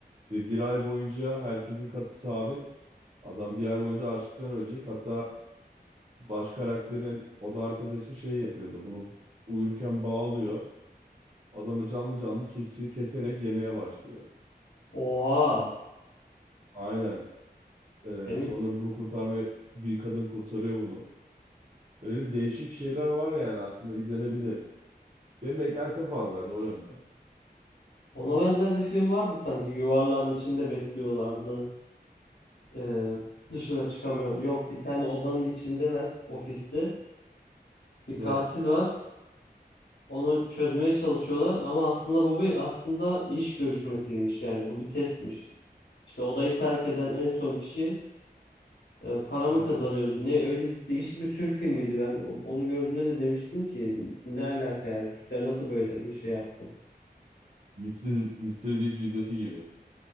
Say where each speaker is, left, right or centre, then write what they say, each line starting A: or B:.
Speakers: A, on the right (about 45°); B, on the left (about 80°).
A: Ve bir ay boyunca herkesin katı sabit. Adam bir ay boyunca açlıktan ölecek. Hatta baş karakterin o da arkadaşı şey yapıyordu. Bunu uyurken bağlıyor. Adamı canlı canlı kesi, keserek yemeye başlıyor.
B: Oha.
A: Aynen. Ee,
B: Yani
A: sonra bunu kurtarmaya bir kadın kurtarıyor bunu. Öyle değişik şeyler var yani aslında izlenebilir. Benim beklentim fazlaydı o yönden.
B: ona benzer bir film vardı sanki. Yuvarlağın içinde bekliyorlardı. Ee, dışına çıkamıyor. Yok bir tane odanın içindeler ofiste. Bir
A: Evet.
B: katil var. Onu çözmeye çalışıyorlar ama aslında bu bir aslında iş görüşmesiymiş yani. Bu bir testmiş. İşte odayı terk eden en son kişi e, para mı
A: Evet.
B: kazanıyordu. Ne öyle değişik bir Türk filmiydi ben. o- Onu gördüğümde de demiştim ki ne alaka yani Türkler nasıl böyle bir şey yaptı?
A: Mister Mr. Beast videosu gibi.